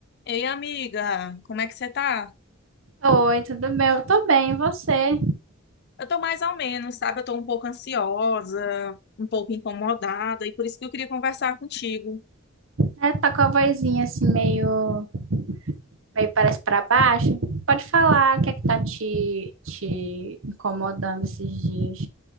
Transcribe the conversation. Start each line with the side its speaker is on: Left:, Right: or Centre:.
Left: Ei, amiga, como é que você tá?
Right: Oi, tudo bem? Eu tô bem, e você?
Left: Eu tô mais ou menos, sabe? Eu tô um pouco ansiosa, um pouco incomodada, e por isso que eu queria conversar contigo.
Right: É, tá com a vozinha assim meio, meio parece pra baixo. Pode falar o que é que tá te, te incomodando esses dias.